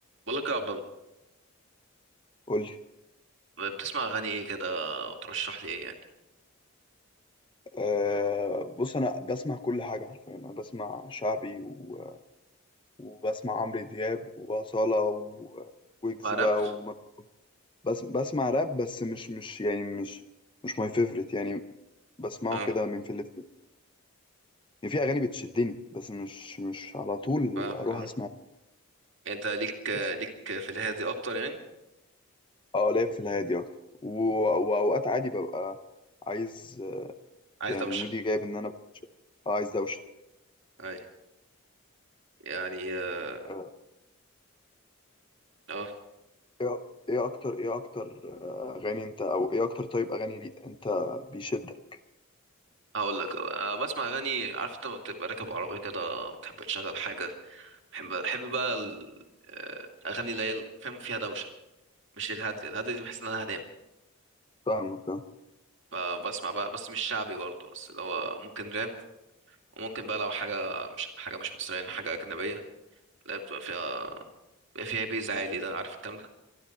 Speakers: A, on the right (about 55°); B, on the left (about 20°).
A: بقول لك يا عبد الله
B: قول لي
A: بتسمع اغاني ايه كده وترشح لي ايه يعني
B: أه بص انا بسمع كل حاجه حرفيا انا بسمع شعبي و... وبسمع عمرو دياب وأصالة و- ويجز
A: عرب
B: بقى وم... بس بسمع راب بس مش مش يعني مش مش ماي فيفورت يعني بسمعه
A: اه
B: كده من في اللي في يعني في اغاني بتشدني بس مش مش على طول
A: فاهمك
B: اروح
A: اه
B: اسمع
A: انت ليك
B: بس
A: ليك في الهادي اكتر يعني
B: اه ليا في الهادي اكتر و... واوقات عادي ببقى عايز آه،
A: عايز
B: يعني
A: دوشه
B: مودي جايب ان انا ببقى عايز دوشه
A: اي يعني اه
B: آه،
A: آه.
B: ايه إيه اكتر ايه اكتر آه، اغاني انت او ايه اكتر طيب اغاني لي انت بيشدك
A: هقول لك آه، بسمع اغاني عارف انت لما بتبقى راكب عربيه كده بتحب تشغل حاجه بحب بحب بقى ال- آه، الاغاني اللي هي ال- فاهم فيها دوشه مش الهاديه الهاديه دي بحس ان انا هنام
B: فاهمك اه
A: فبسمع بقى بس مش شعبي برضه بس اللي هو ممكن راب وممكن بقى لو حاجه مش حاجه مش مصريه يعني حاجه اجنبيه لا بتبقى فيها بيبقى فيها بيز عالي ده عارف الكلام ده